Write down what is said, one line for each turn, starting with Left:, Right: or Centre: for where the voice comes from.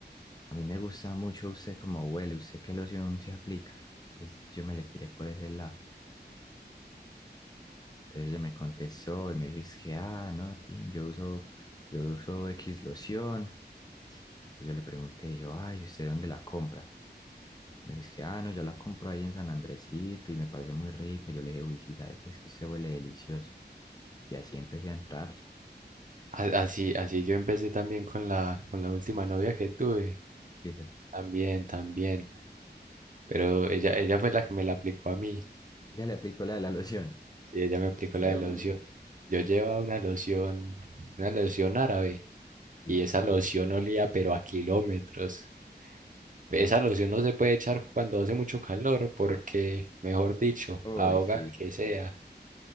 Left: a mí me gusta mucho usted como huele, usted qué loción se aplica, entonces yo me le tiré por ese lado. Entonces ella me contestó y me dijo, es que, ah, no, ti, yo uso, yo uso X loción. Entonces yo le pregunté, yo, ay, ¿usted dónde la compra? Me dijo, es que, ah, no, yo la compro ahí en San Andresito y me parece muy rica. Yo le dije, uy, sí, ¿sabe qué? Es que usted huele delicioso. Y así empecé a entrarle.
Right: A- Así, así yo empecé también con la, con la última novia que tuve.
Left: Sí, ¿sabes?
Right: También, también. Pero ella, ella fue la que me la aplicó a mí.
Left: ella le aplicó la de la loción.
Right: Sí, ella me aplicó la
Left: Eu.
Right: de loción. Yo llevaba una loción, una loción árabe.
Left: Sí,
Right: y
Left: ¿sabes?
Right: esa loción olía pero a kilómetros. Esa loción no se puede echar cuando hace mucho calor porque, mejor dicho,
Left: uy,
Right: ahoga
Left: sí.
Right: al que sea.